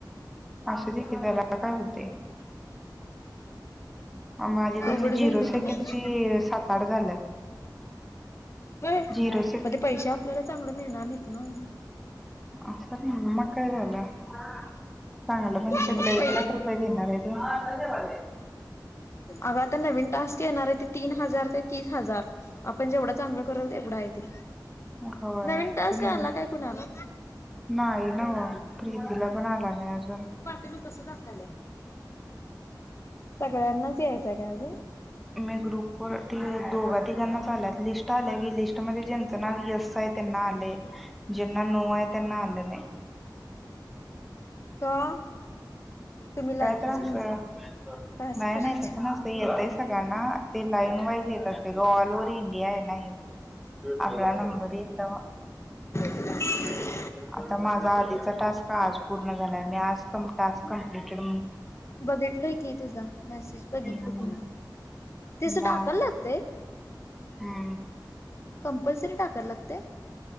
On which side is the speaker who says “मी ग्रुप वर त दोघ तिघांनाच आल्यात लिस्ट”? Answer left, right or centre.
Centre